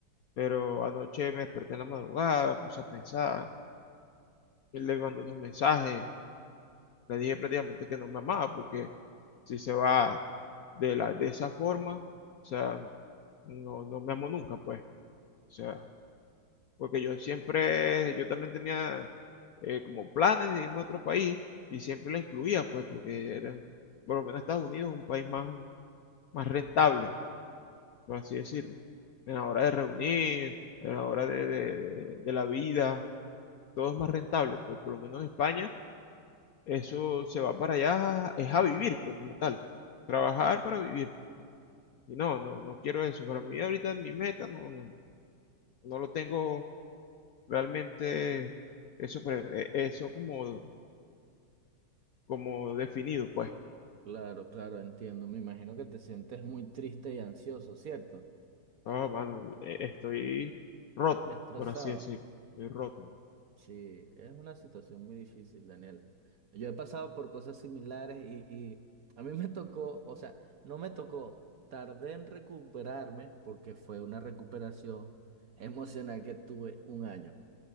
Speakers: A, on the left; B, on the right.
A: Pero anoche me desperté en la madrugada, me puse a pensar, él le mandó unos mensajes, le dije prácticamente que no me amaba, porque si se va de la, de esa forma, o sea, no, no me amó nunca, pues. O sea, porque yo siempre, yo también tenía eh, como planes de irme a otro país y siempre la incluía, pues, porque era, por lo menos Estados Unidos es un país más, más rentable, por así decirlo. En la hora de reunir, en la hora de, de- de- de la vida, todo es más rentable, pues, por lo menos en España, eso se va para allá, es a vivir, pues, como tal, trabajar para vivir. Y no, no, no quiero eso. Para mí ahorita mi meta no, no, no lo tengo realmente eso, pre- eh, eso como, como definido, pues.
B: Claro, claro, entiendo. Me imagino que te sientes muy triste y ansioso, ¿cierto?
A: No, mano, eh, estoy roto,
B: Destrozado.
A: por así decirlo. Estoy roto.
B: Sí, es una situación muy difícil, Daniel. Yo he pasado por cosas similares y, y a mí me tocó, o sea, no me tocó, tardé en recuperarme porque fue una recuperación emocional que tuve un año.